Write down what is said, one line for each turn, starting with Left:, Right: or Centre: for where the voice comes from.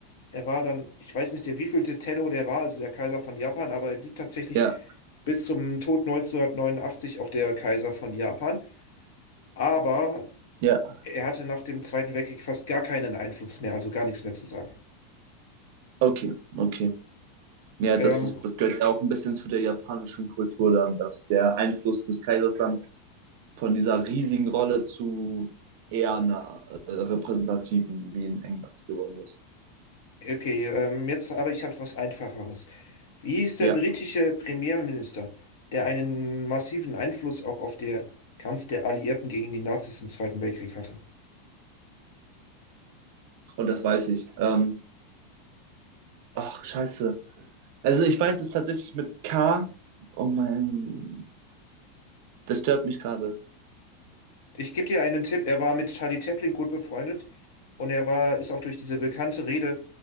Left: er war dann, ich weiß nicht, der wievielte Tenno der war, also der Kaiser von Japan, aber er blieb tatsächlich
Right: ja,
Left: bis zum Tod 1989 auch der Kaiser von Japan. Aber
Right: ja.
Left: Er hatte nach dem Zweiten Weltkrieg fast gar keinen Einfluss mehr, also gar nichts mehr zu sagen.
Right: Okay, okay. Ja,
Left: Ähm,
Right: das ist, das gehört ja auch ein bisschen zu der japanischen Kultur dann, dass der Einfluss des Kaisers dann von dieser riesigen Rolle zu eher einer äh, repräsentativen wie in England geworden ist.
Left: okay, ähm, jetzt aber ich habe was Einfacheres. Wie hieß der
Right: Ja,
Left: britische Premierminister, der einen massiven Einfluss auch auf den Kampf der Alliierten gegen die Nazis im Zweiten Weltkrieg hatte?
Right: und das weiß ich. Ähm, ach, scheiße. Also ich weiß es tatsächlich mit K. Oh mein, das stört mich gerade.
Left: Ich gebe dir einen Tipp, er war mit Charlie Chaplin gut befreundet und er war, ist auch durch diese bekannte Rede,